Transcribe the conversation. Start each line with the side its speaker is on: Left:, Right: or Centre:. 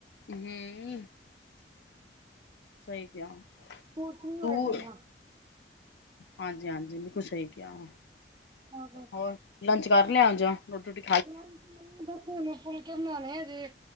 Left: ਹੂੰ ਸਹੀ ਕਿਹਾ
Right: <unintelligible>
Left: ਦੂਰ ਹਾਂਜੀ ਹਾਂਜੀ ਮੈ ਕੁ ਸਹੀ ਕਿਹਾ ਵ
Right: ਤਾਂ
Left: ਹੋਰ ਲੰਚ ਕਰ ਲਿਆ ਜਾ ਰੋਟੀ ਰੋਟੀ
Right: ਮੈਂ ਬਨੂੰ ਫੁਲ ਕੇ ਬਣਾਣੇ ਹਜੇ